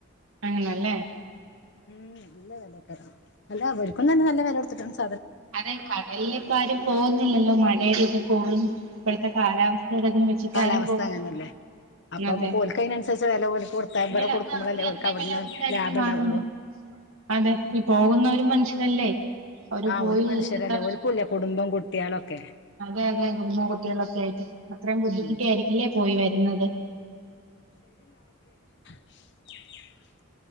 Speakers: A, on the right; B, on the left.
A: അങ്ങനെല്ലേ
B: ഉം നല്ല വെലേക്കാരം അല്ല ഇവര്ക്കും തെന്നെ നല്ല വെലൊട്ത്ത്ട്ടാണ് സാ
A: അതെ കടലിലിപ്പ ആരും പോകുന്നില്ലല്ലോ മഴെ <inaudible> ദ് കോളിൻ ഇപ്പഴ്ത്തെ കാലാവസ്ഥേടെതും വെച്ചിട്ടാരുംപോകുന്നില്ല
B: കാലാവസ്ഥ അങ്ങനെയല്ലേ അപ്പൊ
A: അതെ
B: നമുക്ക് ഓൽക്ക് അതിനനുസരിച്ച് വില ഓൽക്ക് കൊടുത്താ
A: പിന്നല്ല
B: ഇവിടെ കൊടുക്കുമ്പോളല്ലേ
A: ആഹ് അവര് അത്രേം
B: ഓൽക്ക് അവിടുന്ന്
A: വെല കൊട്ത്തായിരിക്കും
B: ലാഭം
A: വാങ്ങുന്നെ
B: ഉണ്ടാവുള്ളൂ
A: അതെ ഈ പോകുന്ന ഒരു മനുഷ്യ ല്ലല്ലേ
B: ആഹ്
A: പോയി
B: ഓല് മനുഷ്യരല്ലേ
A: ഇ കഷ
B: ഓൽക്കൂല്ലേ കുടുംബം കുട്ട്യാളൊക്കെ
A: അതെ അതെ കുടും കുട്ടികളൊക്കെ ആയിട്ട് അത്രയും ബുദ്ധിമുട്ടി
B: ഉം
A: ആയിരിക്കില്ലേ പോയി വരുന്നത്
B: ശ <unintelligible>